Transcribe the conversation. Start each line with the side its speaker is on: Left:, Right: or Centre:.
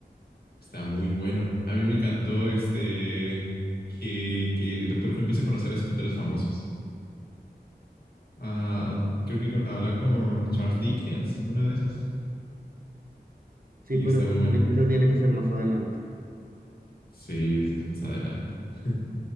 Left: Está muy bueno. A mí me encantó este que, que el Doctor Who empieza a conocer a escritores famosos. Ah, creo que con- habla con Charles Dickens, una de esas.
Right: sí,
Left: Y
Right: pero
Left: está
Right: eso
Left: muy buena.
Right: tiene, eso tiene que ser más adelante.
Left: Sí, sí, es más adelante. <laughs>